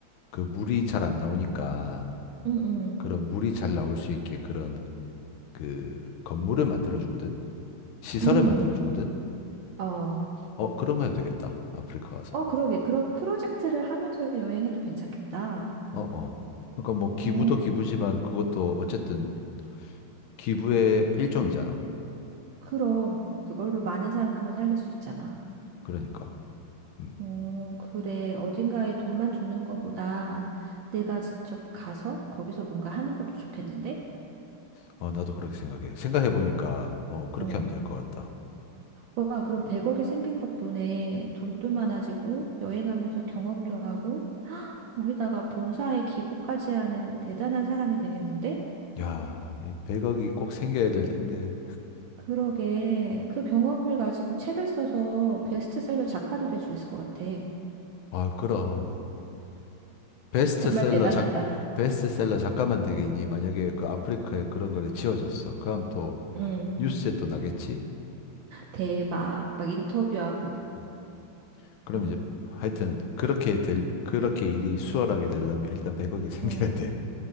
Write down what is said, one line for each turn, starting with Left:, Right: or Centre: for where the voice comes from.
Left: 그 물이 잘 안 나오니까
Right: 음, 음,
Left: 그런 물이 잘 나올 수 있게 그런 그 건물을 만들어 주거든. 시설을
Right: 음,
Left: 만들어 주거든.
Right: 어.
Left: 어, 그런 거 해도 되겠다. 아프리카 와서.
Right: 어, 그러게. 그런 프로젝트를 하면서 여행해도 괜찮겠다.
Left: 어, 어. 그러니까 뭐 기부도
Right: 어,
Left: 기부지만 그것도 어쨌든 기부의 일종이잖아.
Right: 그럼 그걸로 많은 사람을 살릴 수 있잖아.
Left: 그러니까. 음.
Right: 어, 그래. 어딘가에 돈만 주는 것보다 내가 직접 가서 거기서 뭔가 하는 것도 좋겠는데?
Left: 어, 나도 그렇게 생각해. 생각해 보니까 어, 그렇게
Right: 어.
Left: 하면 될 것 같다.
Right: 와, 그럼 100억이 생긴 덕분에 돈도 많아지고 여행하면서 경험도 하고 거기다가 봉사에 기부까지 하는 대단한 사람이 되겠는데?
Left: 야, 이 100억이 꼭 생겨야 될 텐데.
Right: 그러게. 그 경험을 가지고 책을 써서 베스트셀러 작가도 될 수 있을 것 같아.
Left: 아, 그럼 베스트셀러
Right: 정말 대단하다.
Left: 작 베스트셀러 작가만 되겠니? 만약에 그 아프리카에 그런 걸 지어줬어. 그럼 또
Right: 응.
Left: 뉴스에 또 나겠지?
Right: 대박. 막 인터뷰하고.
Left: 음. 그럼
Right: 어.
Left: 이제 하여튼 그렇게 될 그렇게 일이 수월하게 되려면 일단 100억이 <laughs> 생겨야
Right: 어.
Left: 돼.